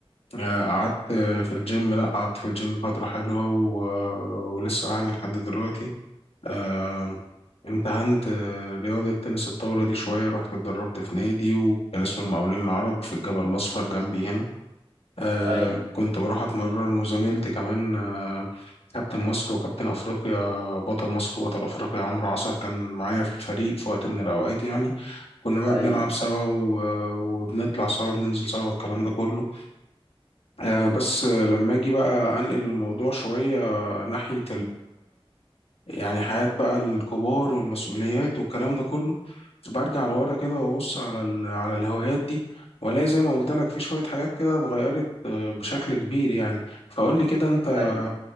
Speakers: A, on the left (about 80°); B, on the right (about 75°).
A: آه، قعدت آه، في الجيم لا قعدت في الجيم فترة حلوة و... ولسه يعني لحد دلوقتي آه، امتهنت آه، رياضة تنس الطاولة دي شوية رحت اتدربت في نادي وكان اسمه المقاولين العرب في الجبل الأصفر جنبي هنا آه
B: أيوه
A: كنت بروح اتمرن وزميلتي كمان آه كابتن مصر وكابتن افريقيا بطل مصر وبطل افريقيا عمرو عصر كان معايا في الفريق في وقت من الاوقات يعني كنا بقى
B: أيوه
A: بنلعب سوا و- وبنطلع سوا وبننزل سوا والكلام ده كله آه بس آه، لما اجي بقى انقل الموضوع شوية ناحية يعني حياة بقى الكبار والمسؤوليات والكلام ده كله برجع لورا كده وابص على ال... على الهوايات دي والاقي زي ما قلت لك في شوية حاجات كده اتغيرت آه، بشكل كبير يعني فقول لي كده انت
B: أيوه